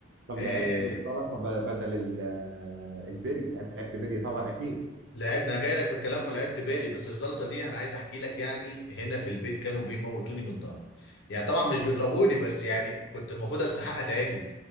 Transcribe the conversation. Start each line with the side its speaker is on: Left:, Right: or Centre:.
Right: طب
Left: آه،
Right: لعبت بالزلطه ب- بدل ال- البلي يعني انت لعبت بلي طبعا اكيد
Left: لعب انا جاي لك في الكلام ولعبت بالي
Right: آه.
Left: بس الزلطه دي انا عايز احكي لك يعني هنا في البيت كانوا بيموتوني من الضرب يعني طبعا مش بيضربوني بس يعني كنت المفروض استحق اتعجن